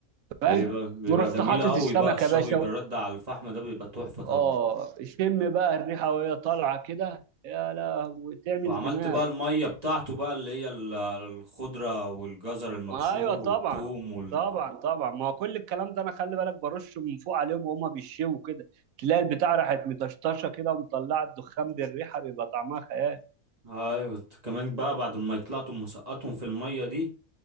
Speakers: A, on the right; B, on the right.
A: فاهم
B: بيبقى بيبقى
A: ورحت
B: جميل
A: حاطط
B: قوي
A: السمكه
B: بقى الشوي
A: يا باشا
B: بالرد على الفحم ده بيبقى تحفة طبعا
A: اه شم بقى الريحه وهي طالعه كده يا لهوي تعمل
B: وعملت
A: دماغ
B: بقى المية بتاعته بقى اللي هي ال- الخضرة والجزر المبشور
A: ما ايوه طبعا
B: والثوم وال
A: طبعا طبعا ما هو كل الكلام ده انا خلي بالك برش من فوق عليهم وهما بيشوا كده تلاقي البتاع راحت مطشطشه كده ومطلعه الدخان بالريحه بيبقى طعمها خيال
B: ايوه انت كمان بقى بعد ما يطلعتم مسقطهم في المية دي